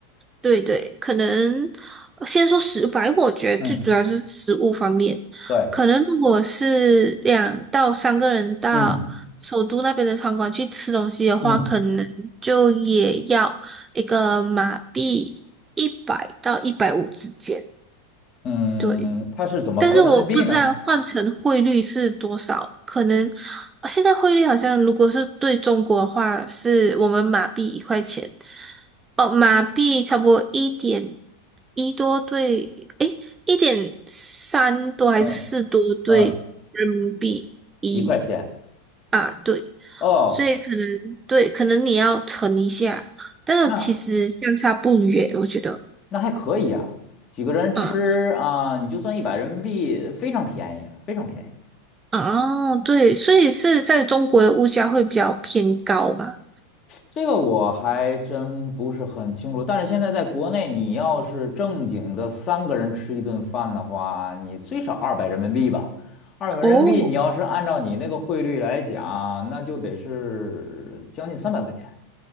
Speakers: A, on the right (about 20°); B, on the left (about 30°).
A: 对对，可能呃先说食白，我觉得最主要是食物方面。
B: 嗯，对，
A: 可能如果是两到三个人到首都那边的餐馆去吃东西的话，
B: 嗯。嗯
A: 可能就也要一个马币一百到一百五之间。
B: 嗯，
A: 对，
B: 它是怎么合人民币呢？
A: 但是我不知道换成汇率是多少，可能呃现在汇率好像如果是对中国的话，是我们马币一块钱，哦，马币差不多一点一多对，诶，一点三多还是四多对人民币一
B: 嗯嗯，一块钱
A: 啊，对，
B: 哦，
A: 所以可能对，可能你要乘一下，但是其实相差不远，
B: 那
A: 我觉得，
B: 那还可以啊，几个人吃啊，
A: 啊。
B: 你就算一百人民币，非常便宜，非常便宜。
A: 哦，对，所以是在中国的物价会比较偏高嘛？
B: 这个我还真不是很清楚，但是现在在国内，你要是正经的三个人吃一顿饭的话，你最少二百人民币吧。二百人民币，
A: 哦
B: 你要是按照你那个汇率来讲，那就得是将近三百块钱